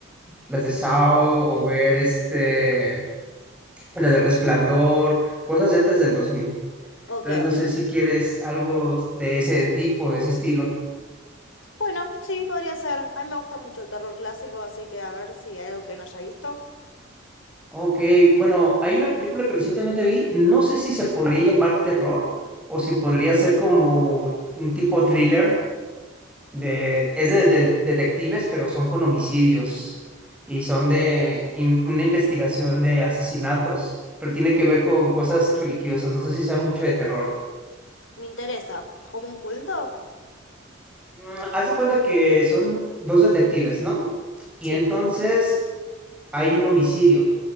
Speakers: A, in the centre; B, on the left (about 75°).
A: las de Saw o ver este la del Resplandor, cosas de antes del dos mil
B: Ok,
A: Entonces, no sé si quieres algo de ese tipo, de ese estilo.
B: bueno, sí, podría ser. A mí me gusta mucho el terror clásico, así que a ver si hay algo que no haya visto.
A: Ok, bueno, hay una película que recientemente vi, no sé si se podría llamar terror o si podría ser como un tipo thriller, de, es de, de- detectives, pero son con homicidios y son de in- una investigación de asesinatos, pero tiene que ver con cosas religiosas, no sé si sea mucho de terror.
B: Me interesa. ¿Como un culto?
A: Mm, Haz de cuenta que son dos detectives, ¿no? Y
B: Sí,
A: entonces hay un homicidio